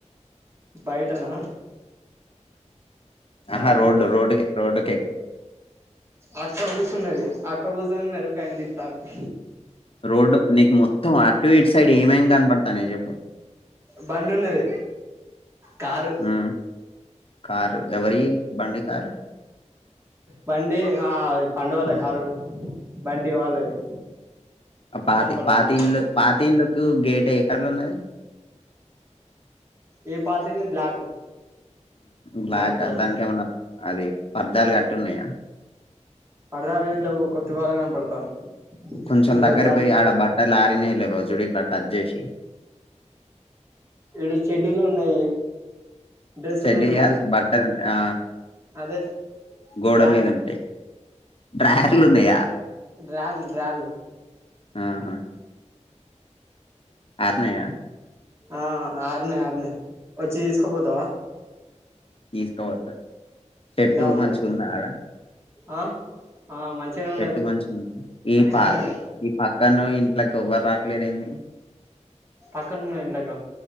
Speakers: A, on the right (about 20°); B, on the left (about 50°).
A: బయటనా
B: ఆహా
A: బయట
B: రోడ్డు రోడ్డు రోడ్ కే
A: ఆక్క కూర్చొని మిరపకాయ అందిస్తంది
B: రోడ్డు నీకు మొత్తం అటు ఇటు సైడ్ ఏమేమి కనపడతానై చెప్పు
A: బండి ఉన్నది కారు
B: హు కారు ఎవరి ఈ బండి కారు
A: బండి ఆ పండు వాళ్ళ కారు బండి వాళ్ళది
B: పాతి
A: కనపడతాంది
B: పాతిండ్లు పాతిండ్లు కు గేట్ ఏ కలర్ ఉన్నది
A: ఏ పాత ఇల్లు బ్లాక్
B: బ్లాకా
A: బ్లాక్ కలర్
B: దానికి ఏమన్నా అది అద్దాలు కట్టి ఉన్నాయా
A: పరదాలు ఏం లేవు ఒక తువ్వాల కనపడతాంది
B: కొంచెం
A: ఇంగో
B: దగ్గర
A: దాన్
B: పోయి ఆడ బట్టలు ఆరినయా లేవో జుడి ఇట్లా టచ్ చేసి
A: ఈడ చెడ్డీలు ఉన్నాయి డ్రెస్సులు
B: సెటిల్
A: ఉన్నాయి
B: కాదు బట్టలు ఆ
A: అదే
B: గోడ
A: డ్రాళ్ళు
B: మీద ఉంటాయి డ్రాయర్లు ఉన్నాయా
A: డ్రాయర్లు డ్రాయర్లు
B: ఆహా ఆరినాయా
A: ఆ ఆరినై ఆరినై వచ్చి తీసుకుపోతావా
B: తీసుకుపోతా షర్ట్
A: దా మరి
B: మంచిగా ఉంద ఆడ
A: ఆ ఆ మంచిగనే ఉన్నది
B: షర్ట్ మంచిగా
A: మంచిగనే
B: ఉందా
A: ఉన్నది
B: ఒక్కను ఇంట్లోకి ఎవ్వరు రాట్లేరేంది
A: పక్కనున్న ఇంట్లోకా